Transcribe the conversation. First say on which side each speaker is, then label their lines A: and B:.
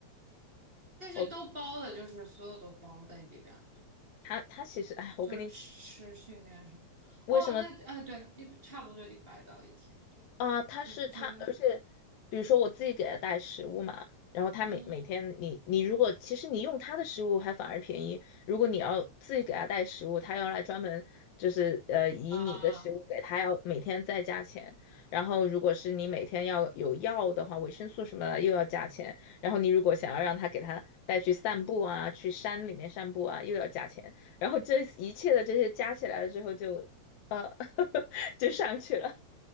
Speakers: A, on the right; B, on the left.
A: 但是都包的，
B: 我
A: 就是所有都包在里边，对，
B: 他他其实哎，我跟你
A: 就是吃训练什么。
B: 为什么
A: 哦，那呃，对，一差不多就一百到一天，对，
B: 啊，他是他，
A: 这这边，
B: 而且比如说我自己给他带食物嘛，然后他每每天你你如果其实你用他的食物还反而便宜，
A: 嗯
B: 如果你要自己给他带食物，他要来专门就是呃以你的食物给他要每天再加钱，
A: 啊，
B: 然后如果是你每天要有药的话，维生素什么的又要加钱，然后你如果想要让他给他带去散步啊，去山里面散步啊，又要加钱，然后这一切的这些加起来了之后就呃 <laughs> 就上去了。